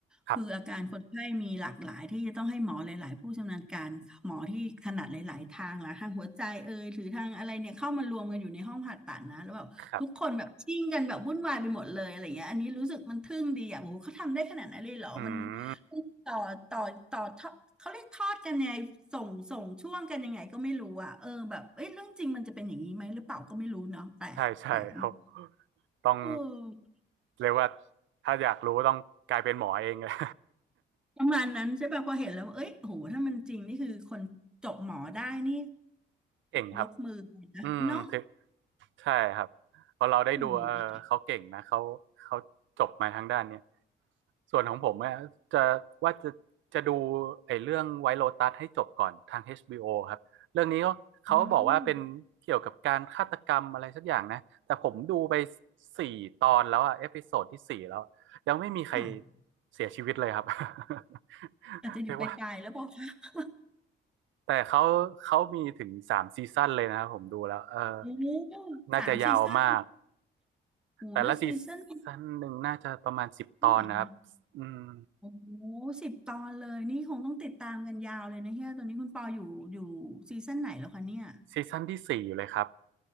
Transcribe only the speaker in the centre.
คืออาการคนไข้มีหลากหลายที่จะต้องให้หมอหลายๆผู้ชำนาญการหมอที่ถนัดหลายๆทางละทางหัวใจเอยหรือทางอะไรเนี่ยเข้ามารวมกันอยู่ในห้องผ่าตัดนะแล้วแบบทุกคนแบบชิ่งกันแบบวุ่นวายไปหมดเลยอะไรเงี้ยอันนี้รู้สึกมันทึ่งดีอ่ะโอ้โหเขาทำได้ขนาดนั้นเลยเหรอมัน
ต่อต่อต่อทอดเขาเรียกทอดกันยังไงส่งส่งช่วงกันยังไงก็ไม่รู้อ่ะเออแบบเอ้ยเรื่องจริงมันจะเป็นอย่างนี้ไหมหรือเปล่าก็ไม่รู้เนาะแปลกแปลกมาก
เออ
ประมาณนั้นใช่ป่ะพอเห็นแล้วเอ้ยโหถ้ามันจริงนี่คือคนจบหมอได้นี่
ยกมือเลยนะเนาะ
โอ้โห
อืม
ค่ะ
อาจจะอยู่ปลายๆแล้วบอกค่ะ
โอ้
สามซีซั่นโอ้แล้วซีซั่นเ
ท่าไหร่คะ โอ้สิบตอนเลยนี่คงต้องติดตามกันยาวเลยนะเฮียตอนนี้คุณปออยู่อยู่ซีซั่นไหนแล้วคะเนี่ย